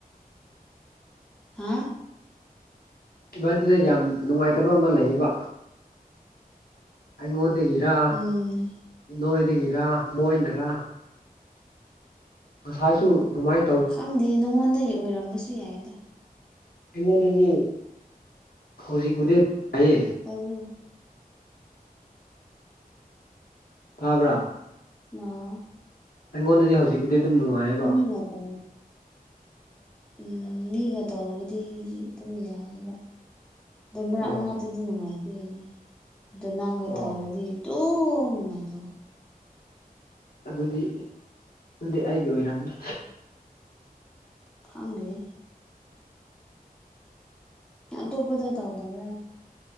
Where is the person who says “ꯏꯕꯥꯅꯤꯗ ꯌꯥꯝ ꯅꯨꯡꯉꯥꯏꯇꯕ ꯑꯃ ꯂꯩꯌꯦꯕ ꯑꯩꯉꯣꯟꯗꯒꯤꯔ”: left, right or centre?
Left